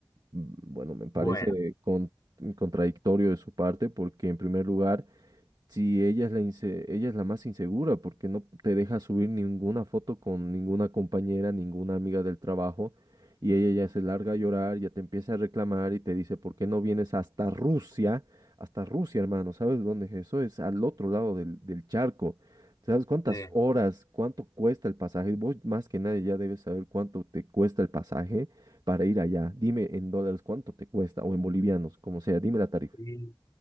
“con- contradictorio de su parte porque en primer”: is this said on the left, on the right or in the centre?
Right